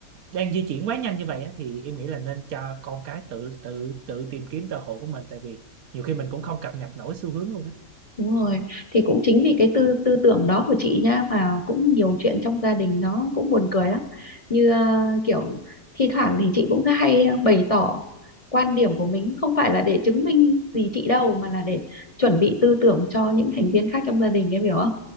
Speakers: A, on the right; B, on the left.
A: đang di chuyển quá nhanh như vậy á, thì em nghĩ là nên cho con cái tự tự tự tìm kiếm cơ hội của mình tại vì nhiều khi mình cũng không cập nhật nổi xu hướng luôn á
B: Đúng rồi, thì cũng chính vì cái tư tư tưởng đó của chị nha mà cũng nhiều chuyện trong gia đình nó cũng buồn cười lắm. Như à, kiểu thi thoảng thì chị cũng hay ờ, bày tỏ quan điểm của mình không phải là để chứng minh gì chị đâu mà là để chuẩn bị tư tưởng cho những thành viên khác trong gia đình em hiểu không?